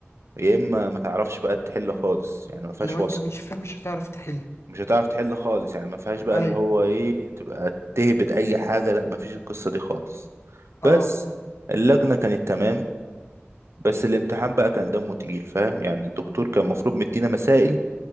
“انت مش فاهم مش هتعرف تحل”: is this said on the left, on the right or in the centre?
Left